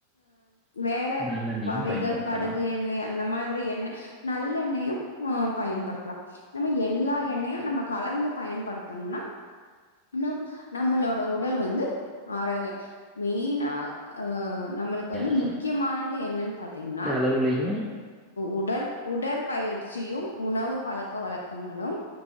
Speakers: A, on the left; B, in the centre.
A: வேற
B: நல்லெண்ணெயும்
A: வகைகள்
B: பயன்படுத்தலாம்
A: கடு எண்ணெய் அந்த மாதிரி எண்ணெய் நல்லெண்ணெயையும் பயன்படுத்தலா நம்ம எல்லா எண்ணெயு நம்ம கலந்து பயன்படுத்தணும்னா ஆ நம்மளோட உடல் வந்து ஆரோக்கியம மெயினா அ நம்மளுக்கு
B: சரியா
A: வந்து முக்கியமானது என்னன்னு பாத்தீங்கன்னா
B: அளவுலயு
A: உடல் உடற்பயிற்சியு உணவு பழக்க வழக்கங்களும்